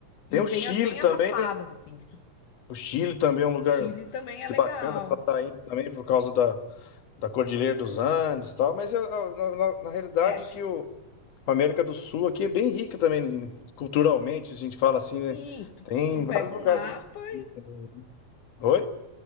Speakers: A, on the left; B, on the left.
A: E
B: Tem o
A: tem
B: Chile
A: as bem
B: também,
A: afastadas,
B: né?
A: assim, que tu
B: O Chile também é um lugar
A: Chile também
B: acho
A: é
B: que
A: legal.
B: bacana para estar indo também por causa da, da Cordilheira dos Andes e tal, mas ah, ah, na, na- na realidade
A: É, Chi-
B: é que o, A América do Sul aqui é bem rica também, em- culturalmente, a gente fala assim,
A: sim,
B: né?
A: tu,
B: Tem
A: tu pega
B: vários lugares.
A: um mapa,
B: pra gente
A: e
B: ir também. Oi?